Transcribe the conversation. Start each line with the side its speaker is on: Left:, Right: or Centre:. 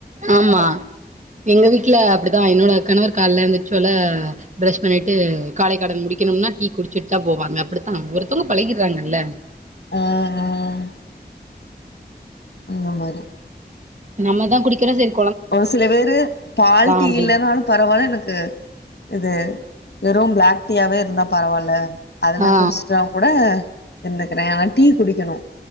Right: ஆமா எங்க வீட்ல அப்புடிதா என்னோட கணவர் கால்ல எந்துருச்சோல ப்ரஷ் பண்ணிட்டு காலை கடன் முடிக்கணும்னா டீ குடுச்சுட் தா போவாங்க அப்புடுத்தா ஒருத்தோங்க பழகிட்றாங்கல்ல
Left: ம் ஹும் இந்த மாரி
Right: நம்ம தா குடிக்குறோ செரி
Left: ஒரு சில பேரு பால் டீ
Right: அப்டின்
Left: இல்லன்னாலு பரவால்ல எனக்கு இது வெறும் ப்ளாக் டீயாவே இருந்தா பரவால்ல அதெல்லா
Right: ஆ
Left: குடிச்ட்டா கூட இருந்துக்கிற ஆனா டீ குடிக்கனு